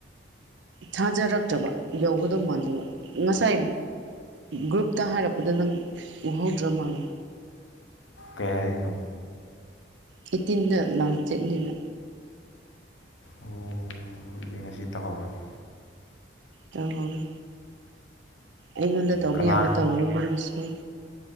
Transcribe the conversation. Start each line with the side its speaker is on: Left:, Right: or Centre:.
Right: ꯊꯥꯖꯔꯛꯇꯕ ꯌꯧꯒꯗꯧ ꯃꯥꯟꯗꯕ ꯉꯁꯥꯏ ꯒ꯭ꯔꯨꯞꯇ ꯍꯥꯏꯔꯛꯄꯗ ꯅꯪ ꯎꯍꯧꯗ꯭ꯔ ꯃꯥꯜꯂꯦ
Left: ꯀꯩ ꯍꯥꯏꯔꯩꯅꯣ
Right: ꯑꯩꯠꯇꯤꯟꯗ ꯂꯥꯁ ꯗꯦꯠꯅꯦꯅ
Left: ꯑꯣ ꯑꯗꯨꯗꯤ ꯉꯁꯤ ꯇꯧꯍꯧꯔꯒꯦ
Right: ꯇꯧꯍꯧꯔꯣ ꯑꯩꯉꯣꯟꯗ ꯇꯧꯕ
Left: ꯀꯅꯥ
Right: ꯌꯥꯕ ꯇꯧꯔꯣ ꯅꯪꯅꯁꯨ